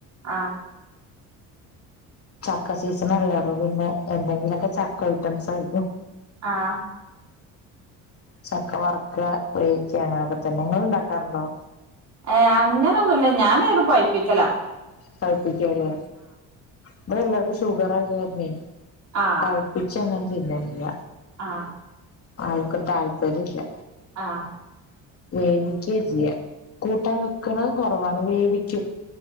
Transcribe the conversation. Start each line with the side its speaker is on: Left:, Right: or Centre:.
Right: ആ
Left: ചക്ക സീസൺല്ലേ അപ്പ പിന്നെ എന്തെങ്കിലൊക്കെ ചക്ക ഐറ്റംസ് ആയി
Right: ആഹ്.
Left: ചക്ക വറക്ക വേവിക്ക അങ്ങനൊക്കെതന്നെ ങ്ങള് ഇണ്ടാക്കാറുണ്ടോ?
Right: ഏയ് അങ്ങനൊന്നുല്ല ഞാനിവിടെ പയിപ്പിക്കല
Left: പായിപ്പിക്കുംയല്ലേ ഇവിടെ എല്ലാവർക്കും ഷുഗർയായത് കാരണ
Right: ആ
Left: പഴപ്പിച്ചങ്ങനെ തിന്നലില്ല
Right: ആ
Left: ആൾക്കും താല്പര്യമില്ല
Right: ആഹ്
Left: വേവിക്കകയും ചെയ്യാം കൂട്ടാൻ വെക്കണതും കൊറവാണ് വേവിക്കും.